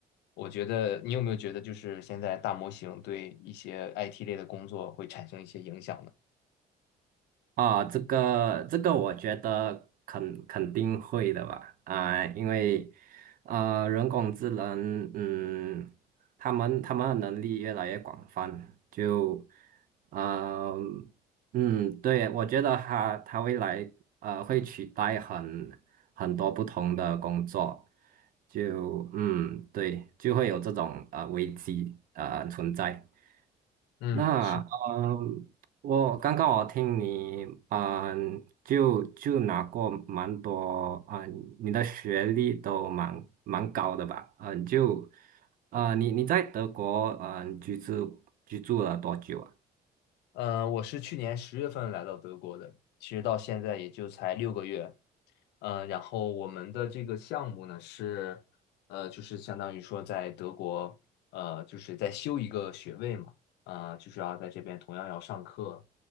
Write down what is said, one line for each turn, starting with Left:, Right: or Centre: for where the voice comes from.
Left: 我觉得你有没有觉得，就是现在大模型对一些 IT 类的工作会产生一些影响呢？
Right: 啊，这个这个，我觉得肯肯定会的吧，啊、因为呃，人工智能，嗯，他们他们的能力越来越广泛，就，嗯嗯，对，我觉得他他未来呃会取代很很多不同的工作，就嗯，对，就会有这种呃危机呃存在。
Left: 嗯，
Right: 那嗯，
Left: 是。
Right: 我刚刚我听你嗯，就就拿过蛮多嗯，你的学历都蛮蛮高的吧？嗯，就呃，你你在德国嗯居住居住了多久啊？
Left: 呃，我是去年十月份来到德国的，其实到现在也就才六个月。呃，然后我们的这个项目呢是，呃，就是相当于说在德国，呃，就是在修一个学位嘛，呃，就是要在这边同样要上课，